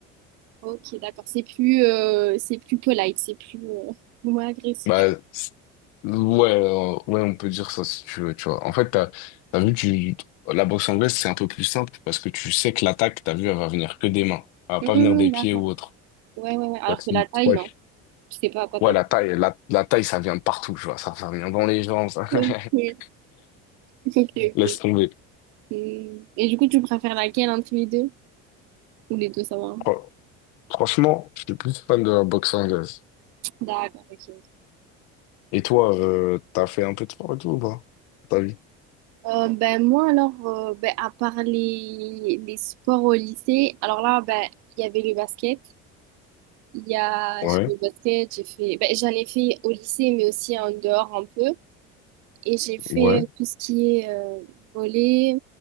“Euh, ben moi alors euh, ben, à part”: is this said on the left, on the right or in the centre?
Right